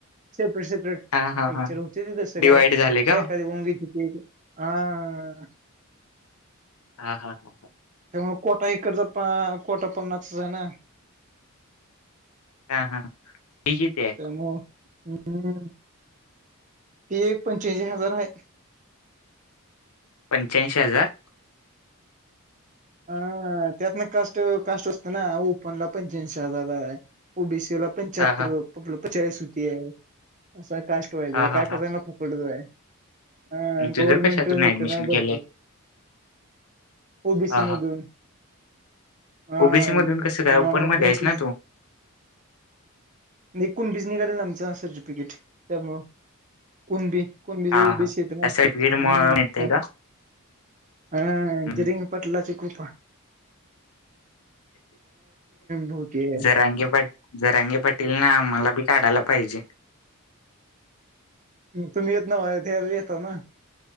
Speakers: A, on the right (about 35°); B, on the left (about 80°).
A: सेपरेट सेपरेट
B: हा हा
A: एकच्या
B: हा
A: रुम चि तसं
B: डिवाइड
A: काय-
B: झाले का
A: क ऊंगीती हा <unintelligible>
B: हा हा हा हा...
A: मग कोटा इकडचा पा कोटा पन्नाचाच आहे ना-
B: हा हा फी किती आहे-
A: त्यामुळं हम्म... एक पंचाऐंशी हजार आहे.
B: पंच्याऐंशी हजार-
A: ह त्यातन कास्ट कास्ट असते ना ओपन ला पंचऐंशी हजार आहे ओ बी सी- पंच्यात्तर
B: हा हा
A: पंचेचाळीस होती अस आहे. काष्ट वाइज
B: हां,
A: आहे
B: हां,
A: काही
B: हां.
A: कास्ट ला फुकट आहे हा
B: अन् तुझं
A: गव्हर्न्मेंट
B: कशातून
A: देते
B: ॲडमिशन
A: ना भरती
B: केलंय?
A: ओ बी सी
B: हां,
A: - मधून-
B: हां.
A: हा.
B: ओबीसी मधून कसे काय
A: तेव्हा
B: ओपन
A: आम्हाला
B: मधे
A: पंचवीस
B: आहेस ना तू?
A: नाही कुणबीच निघालेल, आमचा सर्टिफिकेट त्यामुळं कुणबी. कोण बीजव
B: हां,
A: उ
B: हां.
A: बीसेत ना
B: त्या सर्टिफिकेटमुळं
A: हम्म
B: मिळतंय
A: <unintelligible>
B: का?
A: हा
B: हं,
A: जरींग
B: हं,
A: पाटलाच खूप ह- होतीये
B: जरांगी पाट- जरांगी पाटीलन आम्हाला बी काढायला पाहिजे.
A: तुम्ही येत नाव <unintelligible> हा येत ना